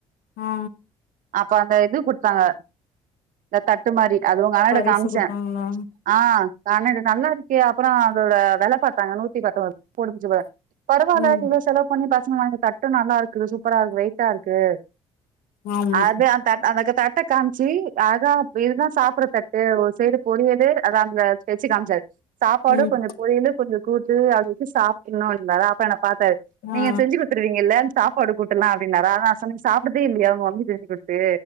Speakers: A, on the left; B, on the right.
A: ஆ
B: அப்ப அந்த இது குடுத்தாங்க இந்த தட்டு மாரி அது உங்க அண்ணட
A: பரிசு
B: காம்ச்சே
A: குடுத்தாங்களா
B: ஆ காணது நல்லா இருக்கே அப்றோ அதோட வேல பாத்தாங்க நூத்தி பத்தொன்பது போட்டுந்துச்சி போல பரவால
A: ம்
B: செலவு பண்ணி பசங்க வாங்கி தட்டு நல்லாருக்கு சூப்பராருக்கு வெயிட்டா இருக்கு
A: ஆமா
B: அது அக் தட் அந்தக தட்ட காம்ச்சு அதாப் இதுதா சாப்ட்ற தட்டு ஒரு சைடு பொரியலு அதா அந்த வெச்சு காமிச்சாரு சாப்பாடு
A: ம்
B: கொஞ்ச பொரியலு கொஞ்ச கூட்டு அப்டி வச்சு சாப்ட்ணு ன்டாறா அப்ப என்ன பாத்தாரு நீங்க
A: ஆ
B: செஞ்சி கொத்துருவிங்கல சாப்பாடு கூட்டலா அப்டின்னாரா <unintelligible> நா சொன்ன சாப் பதே இல்லையா உங்க மம்மி செஞ்சு குடுத்து